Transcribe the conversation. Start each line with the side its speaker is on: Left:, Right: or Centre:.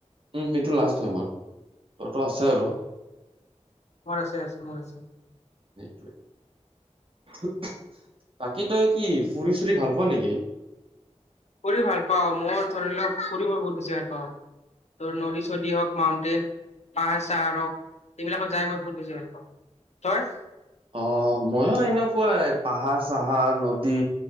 Right: উম এইটো লাষ্ট হয় মোৰ। তত আছে আৰু।
Left: মৰ আছে আছে মৰ আছে।
Right: <unintelligible> <unintelligible> <unintelligible> <unintelligible> বাকী তই কি ফুৰি চুৰি ভাল পোৱা নেকি।
Left: ফুৰি ভাল পাওঁ, মোৰ ধৰি লওক ফুৰি মই বহুত বেছি ভাল পাওঁ, ত নদী চদী হওক মাউন্টেইন পাহাৰ চাহাৰ হওক এইবিলাকত যাই মই বহুত বেছি ভাল পাওঁ, তই?
Right: অ মইও আইলোক। কুৱাই পাহাৰ চাহাৰ নদী